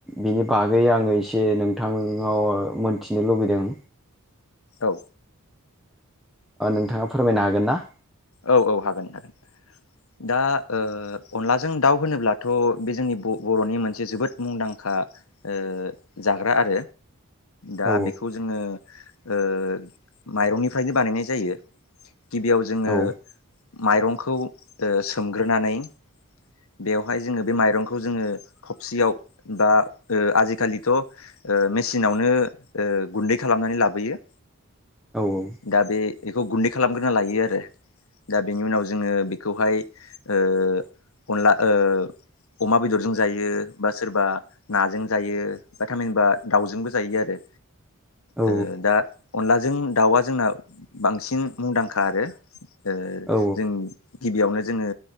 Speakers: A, in the centre; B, on the left.
A: बिनि बागै आङो एसे नोंथांनाव मोनथिनो लुुबैदों
B: औ।
A: ओ नोंथाङा फोरमायनो हागोन ना?
B: औ औ हागोन हागोन। दा ओ अनलाजों दाउ होनोब्लाथ' बे जोंनि ब-बर'नि मोनसे जोबोद मुंदांखा ओ जाग्रा आरो दा
A: औ
B: बेखौ ज जोङो ओ माइरंनिफ्रायनो बानायनाय जायो गिबियाव जोङो
A: औ
B: माइरंखौ ओ सोमग्रोनानै बेवहाय जोङो बे माइरंखौ जोङो खबसियाव बा ओ आजिखालिथ' ओ मेसिनावनो ओ गुन्दै खालामनानै लाबोयो।
A: औ औ।
B: दा बे इखौ गुन्दै खालामग्रोना लायो आरो। दा बेनि उनाव जोङो बेखौहाय ओ अनला ओ अमा बेदरजों जायो बा सोरबा नाजों जायो बा थामहिनबा दाउजोंबो जायो आरो।
A: औ
B: ओ दा अनलाजों दाउआ जोंना बांसिन मुंदांखा आरो। ओ
A: औ
B: जों गिबियावनो जोङो